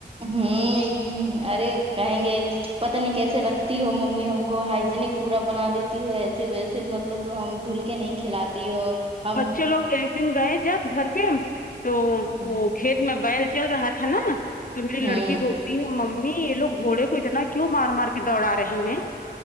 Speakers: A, on the right; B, on the left.
A: ہوں ہ ارے کہیں گے پتا نہیں کیسے رکھتی ہو ممی ہم کو ہائجینک پورا بنا دیتی ہو ایسے ویسے مطلب تو ہم دھل کے نہیں کھلاتی ہو ہم
B: چلو ایک دن گئے جب گھر پہ تو
A: ہوں
B: وہ کھیت میں بیل چل رہا تھا نا تو میری
A: ہ
B: لڑکی ب نہیں مممی یہ لوگ گھوڑے کو اتنا کیوں مار مار کے دوڑا رہے ہیں